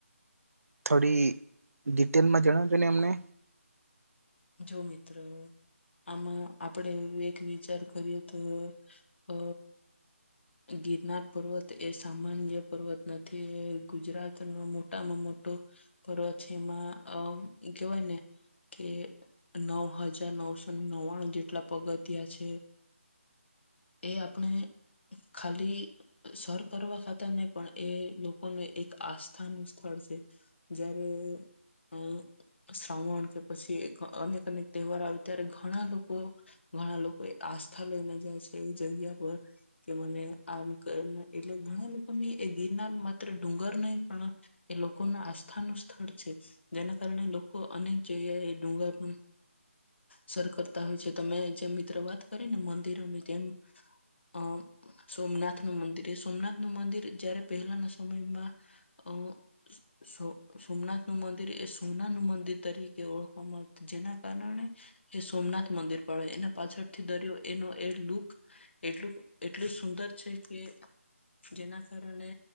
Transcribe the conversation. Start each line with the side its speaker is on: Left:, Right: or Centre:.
Right: થોડી ડિટેલમાં જણાવજો ને અમને
Left: જો મિત્ર આમાં આપણે એક વિચાર કરીએ તો અ ગિરનાર પર્વત તો એ સામાન્ય પર્વત નથી એ ગુજરાતનો મોટામાં મોટો કર છે એમાં અ એકે ભને કે <inaudible> નવ હજાર નવસો નવ્વાણું જેટલા પગથિયા છે એ આપણે ખાલી સર કરવા ખાતા નહી પણ એ લોકોનું એક આસ્થાનું સ્થળ છે જયારે અ શ્રાવણ કે પછી ક તહેવાર આવે ત્યારે ઘણા લોકો ઘણા લોકો એ આસ્થા લઈને જાય છે એ જગ્યા પર કે મને આમ કર એટલે ઘણા લોકોને એ ગીરના મા ડુંગર નહીં પણ એ લોકો ના આસ્થા ન થર્ડ છે જેના કારણે લોકો અને ચયા એ ડુંગા હું સર કરતા હોય છે તમે જેમ મિત્ર વાત કરી ને મંદિર અને જે અ સોમનાથ નું મંદિર એ સોમનાથ નું મંદિર જયારે પહેલાના તમાં અ સો સોમનાથ નું મંદિર એ સોના નું મંદિર તરીકે ઓળખવામાં આવત જેના કારણે એ સોમનાથ મંદિર પાડ્યું એના પાછળ થી દરિયો એનો એ લુક એટલું એટલું સુંદર છે કે જેના કારણે